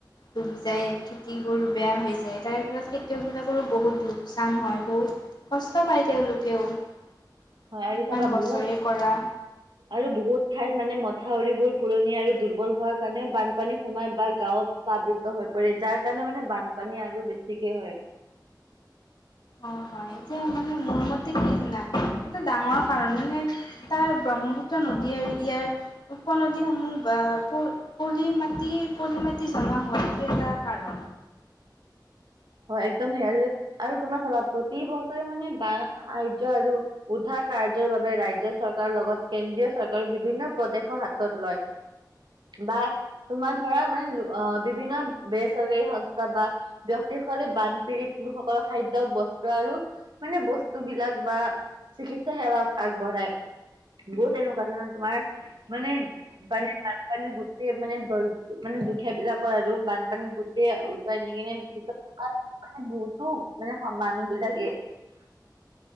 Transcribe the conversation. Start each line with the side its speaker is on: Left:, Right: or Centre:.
Left: ডুব যায় খেতিবোৰ বেয়া হৈ যায় তাৰে ফলত খেতিয়কবিলাকৰো বহুত লোকচান হয়। বহুত- কষ্ট পায় তেওঁলোকেও। এ
Right: হয় আৰু
Left: ইমান
Right: চাবা
Left: বছৰে
Right: বহুত
Left: কৰা।
Right: আৰু বহুত ঠাইত মানে মথাউৰিবোৰ পুৰণি আৰু দুৰ্বল হোৱাৰ কাৰণে বানপানী- সোমাই বা গাঁৱত প্লাবিত হৈ পৰে। যাৰ কাৰণে মানে বানপানী আৰু বেছিকে হয়।
Left: অ হয়, এতিয়া মানে মোৰ মতে কি জানা? এটা ডাঙৰ কাৰণ মানে- তাৰ ব্ৰহ্মপুত্ৰ নদী আৰু ইয়াৰ উপনদীসমূহ বা পো- পলি মাটি পলি মাটি জমা হোৱাটো এটা কাৰণ।
Right: হয়, একদম সেয়াযে আৰু তোমাৰ চাবা প্ৰতি বছৰে মানে বান সাহায্য আৰু- উদ্ধাৰ কাৰ্যৰ বাবে ৰাজ্য চৰকাৰৰ লগত কেন্দ্ৰীয় চৰকাৰৰ বিভিন্ন প্ৰদেশো হাতত লয়। <unintelligible> বা তোমাৰ ধৰা মানে অ বিভিন্ন বেচৰকাৰী সংস্থা বা ব্যক্ত- তে খোলে বানপীড়িত লোকসকলৰ খাদ্যয় বস্ত্ৰ আৰু মানে বস্তু বিলাক বা- চিকিৎসা সেৱা আগবঢ়ায়। বহুত এনেকুৱা ধৰণৰ তোমাৰ মানে- মানে বানপানীত গোটেই মানে দৈ মানে দুখীয়াবিলাকৰ আৰু বানপানীত গোট- তে উটোৱাই নিয়ে পিছত- তাত মানে বহুতো মানে মানুহ বিলাকে।